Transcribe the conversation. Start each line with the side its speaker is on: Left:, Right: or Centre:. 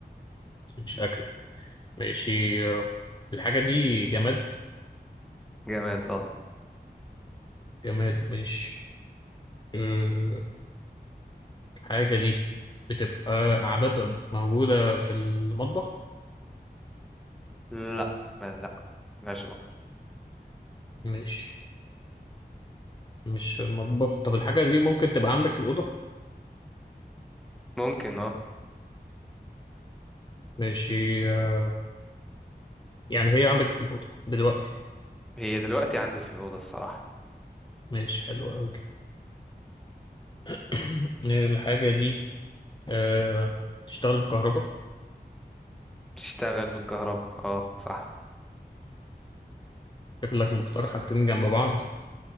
Left: مش أكلة ماشي آه، الحاجة دي جماد
Centre: جماد اه
Left: جماد مش آه، الحاجة دي بتبقى عادة موجودة في المطبخ
Centre: لا ما لا ملهاش علاقة
Left: مش مش في المطبخ طب الحاجة دي ممكن تبقى عندك في الأوضة
Centre: ممكن اه
Left: ماشي آه، يعني هي عندك في الأوضة دلوقتي
Centre: هي دلوقتي عندي في الأوضة الصراحة
Left: ماشي حلو أوي كده <clears throat> <coughs> الحاجة دي أه... تشتغل بالكهرباء
Centre: بتشتغل بالكهرباء اه صح
Left: شكلك مختار حاجتين جنب بعض